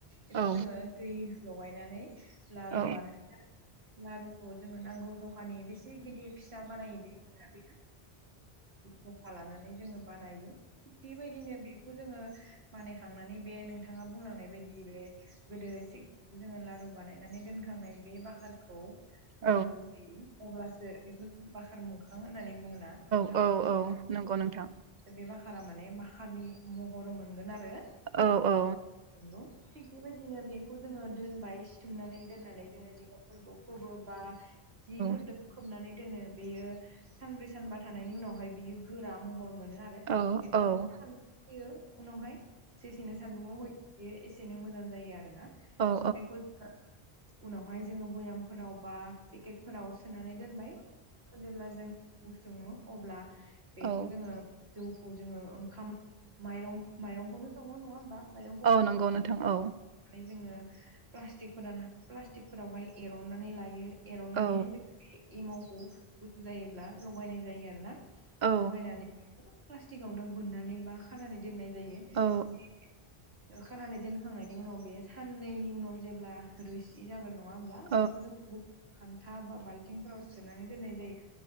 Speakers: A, on the right; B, on the right.
A: बेखौ
B: औ
A: जोङो दै लगायनानै। लारु
B: औ
A: बाना लारुखौ जोङो नांगौ जखानि बेसे गिदिर फिसा बानायो बेनि थाखाय। जखा लानानै जोङो बानायो थिग बेबायदिनो बेखौ जोङो बानायखांनानै बे नोंथाङा बुंलांनाय बायदि बे गोदो जोङो लारु बानायनानै दोनखांनाय। बे बाखारखौ
B: औ
A: होनांगौदि अब्लासो बेखौ ज बाखार म होननानै बुङो ना नोंथां
B: औ औ नंगौ नोंथां औ
A: बे बा मारा माने माखारनि महर मोनगोन आरो ।
B: औ औ।
A: नोंगौ थिग बेबायदिनो बेखौ जोङो दोनबाय सिथुमनानै दोननानै जोङो जिगाबफोरखौ बो बा जिफोरदो
B: औ
A: खोबनानै दोनो बेयो सानब्रै सानबा थानायनि उनावहाय बियो गोरा महर मोनो आरो
B: औ
A: बेखौ
B: औ
A: सान दुं होयो उनावहाय जेसेनो सान्दुंङआव होयो बेयो एसेनै मोजां जायो आरोना
B: औ
A: बेखौ जों उनावहाय जोङो बयामफोरावबा पेकेट फोराव सोनानै दोनबाय औ जेब्ला औ जों उ सङो अब्ला बेखौ
B: औ
A: जोङो जौखौ जोङो ओंखाम माइरं माइरंखौनो सङो नङा होमबा माइरं?
B: औ नंगौ नोंथां औ।
A: जोङो प्लासटिक फोराना प्लासटिकफोरावहाय एरननानै लायो। एरननानैहाय
B: औ
A: जोङो बे एमावखौ गुसु जायोब्ला लगायनाय जायो आरोना।
B: औ
A: लगायनानै प्लास्टिकावनो बोननानै बा खानानै दोननाय जायो
B: औ
A: बे खानानै दोनखांनायनि उनाव बे साननैनि उनाव जेब्ला रोसि जागोन न नङा होमब्ला
B: औ
A: बेखौ जों खान्था बा बालथिंफोराव सोनानै दोननाय जायो।